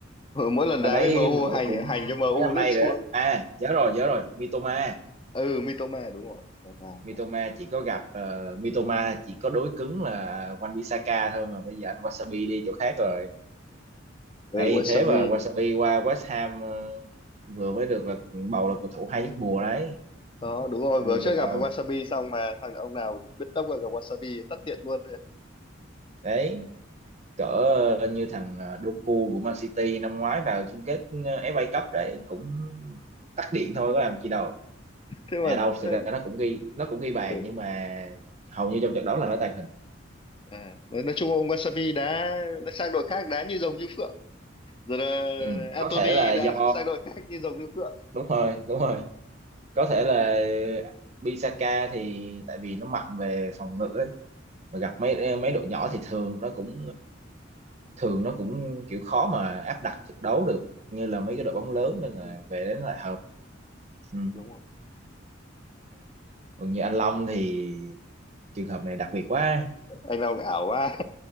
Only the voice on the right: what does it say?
Dạo
đấy
nổi
cũng
mấy năm
nay rồi
đó. À, nhớ rồi, nhớ rồi. Mitoma.
Mitoma chỉ có gặp ờ, Mitoma chỉ có đối cứng là Wan Bissaka thôi mà bây giờ anh Wasabi đi chỗ khác rồi.
Ê,
thế mà Wasabi qua West Ham ờ, vừa mới được là bầu là cầu thủ hay nhất mùa đấy.
Vừa
đầu.
Đấy, cỡ ờ, như thằng ờ, Doku của Man City năm ngoái vào chung kết ờ, FA Cup đấy cũng tắt điện thôi có làm chi đâu.
à
đâu
thực ra nó cũng ghi nó cũng ghi bàn
nhưng mà hầu như trong trận đấu là nó tàng hình
ừ,
có thể là
do
đúng rồi đúng rồi có thể là Bisaka thì tại vì nó mạnh về phòng ngự ấy. mà gặp mấy mấy đội nhỏ thì thường nó cũng thường nó cũng kiểu khó mà áp đặt trận đấu được như là mấy cái
đội bóng lớn
nên là
về đến lại hợp ừ.
còn như anh Long thì trường hợp này đặc biệt quá